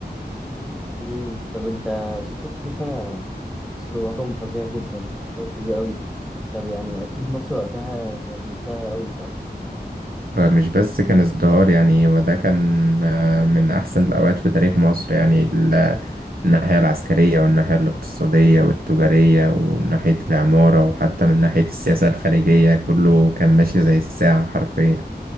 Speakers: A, in the centre; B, on the right (about 60°).
A: امم طب انت 66 سنه يعني حاسه رقم فظيع جدا يعني رقم كبير قوي طب يعني اكيد مصر وقتها كانت مزدهره قوي صح
B: فمش بس كان ازدهار يعني وده كان آه، من أحسن الأوقات في تاريخ مصر يعني ال- الناحية العسكرية والناحية الاقتصادية والتجارية وناحية العمارة وحتى من ناحية السياسة الخارجية كله كان ماشي زي الساعة حرفيا